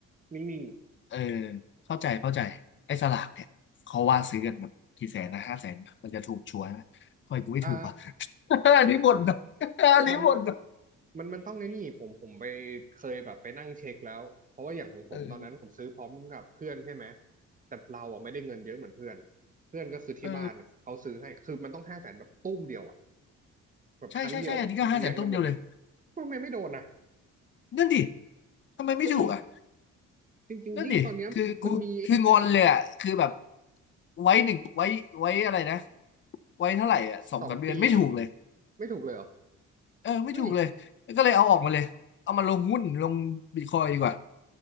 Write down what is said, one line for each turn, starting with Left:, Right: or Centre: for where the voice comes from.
Right: นิ่ง
Left: เออเข้าใจเข้าใจไอ้สลากเนี่ยเขาว่าซื้อกันแบบกี่แสนนะห้าแสนปะมันจะถูกชัวร์ไหมะทำไมกูไม่ถูกวะ
Right: ๆอ่า
Left: <laughs> อันนี้บ่นนะ <laughs> อันนี้บ่นนะ
Right: มันมันมันต้องไอ้นี่ผมผมไปเคยแบบไปนั่งเช็คแล้วเพราะว่าอย่างของผมตอนนั้นผมซื้อพร้อมกับเพื่อนใช่ไหม
Left: เออ
Right: แต่เราอ่ะไม่ได้เงินเยอะเหมือนเพื่อนเพื่อนก็คือที่บ้านเขาซื้อให้คือมันต้องห้าแสนแบบตุ้มเดียวอ่ะ
Left: เออ
Right: แบบครั้งเดียวแบบเลี้ยงกันหมดเลย
Left: ใช่ใช่ใช่อันนี้ก็ห้าแสนตุ้มเดียวเลย
Right: ทำไมไม่โดนอ่ะ
Left: นั่นดิทำไมไม่ถูกอ่ะ
Right: เอ้ยจริงๆยิ่งตอนเนี้ยมันมีไอ้นี่ด้วยนะ
Left: นั่นดิคือกูคืองอนเลยอ่ะคือแบบไว้หนึ่งไว้ไว้อะไรนะไว้เท่าไหร่อ่ะสองสามเดือนไม่ถูกเลย
Right: สองปีไม่ถูกเลยเหรอ
Left: เออไม่ถูกเลย
Right: เฮ้ย
Left: ก็เลยเอาออกมาเลยเอามาลงหุ้นลงบิตคอยดีกว่า